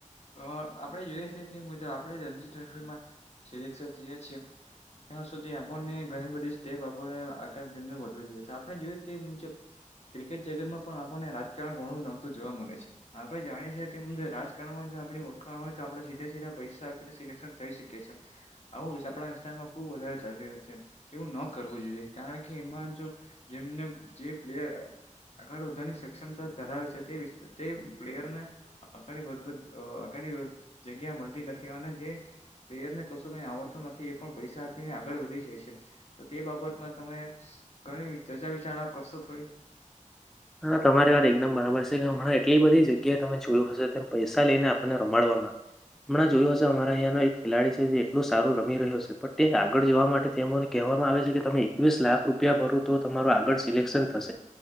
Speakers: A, on the left; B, in the centre.
A: પણ આપણે યુએસએથી મુજબ આપણેે રણજી ટ્રોફીમાં સિલેક્શન થઈએ છીએ ત્યાં સુધી આપ ઘણી બધી સ્ટેપ આપને આગળ જોઈએ તો આપણે જોઈએ મુજબ ક્રિકેટ જગતમાં પણ આપણને રાજકારણ ઘણું નડતું જોવા મળે છે. આપણે જાણીએ છીએ કે રાજકારણમાં આપણી ઓળખાણ હોય તો આપણે સીધા સીધા પૈસા આપીને સિલેક્શન થઈ શકીએ છીએ. આવું આપણા વિસ્તારમાં ખુબ વધારે ચાલી રહ્યું છે. એવું ન કરવું જોઈએ કારણ કે એમાં જો જેમને જે પ્લેયર આગળ વધવકની સક્ષમતા ધરાવે છે તે તે પ્લેયરને આગળ વધ આગળ જગ્યા મળતી નથી અને જે પ્લેયર ને કશો કઈ આવડતુ નથી એ પણ પૈસા આપીને આગળ વધી જાય છે તો તે બાબતમાં તમે ઘણી ચર્ચા વિચારણા કરશો થોડી?
B: હા તમારી વાત એકદમ બરાબર છે કે હમણાં એટલી બધી જગ્યાએ તમે જોયું હશે તેમ પૈસા લઈને આપણને રમાડવામાં આવે હમણાં જોયું હશે અમારા અહીંયાનો એક ખેલાડી છે જે એટલું સારું રમી રહ્યો છે પણ તે આગળ જવા માટે તેને કહેવામાં આવે છે કે તમે એકવીસ લાખ રૂપિયા ભરો તો તમારું આગળ સિલેક્શન થશે